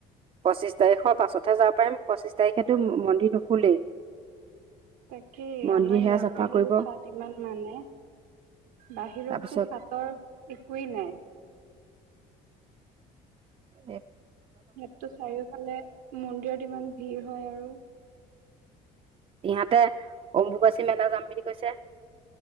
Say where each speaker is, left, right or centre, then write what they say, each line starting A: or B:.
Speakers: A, on the right; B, on the right.
A: পঁচিশ তাৰিখৰ পাছতহে যাব পাৰিম, পঁচিশ তাৰিখেতো মন্দিৰ নুখুলেই।
B: তাকেই
A: মন্দিৰ
B: আমাৰ ইয়াতহে
A: সেয়া চাফা
B: বোলো
A: কৰিব
B: খাত ইমান মানে। বাহিৰততো
A: তাৰপিছত
B: সাতৰ একোৱেই নাই।
A: এক
B: ইয়াততো চাৰিওফালে মন্দিৰত ইমান ভিৰ হয় আৰু
A: ইহতে অম্বুবাচী মেলা যাম বুলি কৈছে।